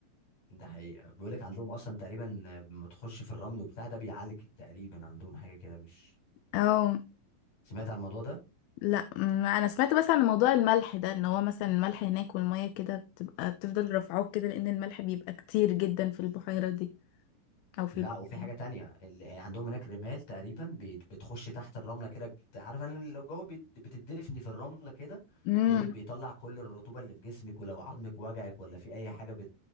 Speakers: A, on the left (about 55°); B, on the left (about 80°).
A: ده حقيقة بيقول لك عندهم أصلا تقريبا آه، لما تخش في الرمل وبتاع ده بيعالج تقريبا عندهم حاجة كده مش
B: اه
A: سمعت عن الموضوع ده؟
B: لا ما انا سمعت بس عن موضوع الملح ده ان هو مثلا الملح هناك والميه كده بتبقى بتفضل رافعاك كده لان الملح بيبقى كتير جدا في البحيره دي او في
A: لا
B: البحر
A: وفي حاجة تانية ال- آه، عندهم هناك رمال تقريبا بت- بتخش تحت الرملة كده بت- عارف أنا لو الجو بت- بتدفني في الرملة كده
B: امم
A: بيقول لك بيطلع كل الرطوبة اللي في جسمك ولو عظمك وجعك ولا في أي حاجة بت...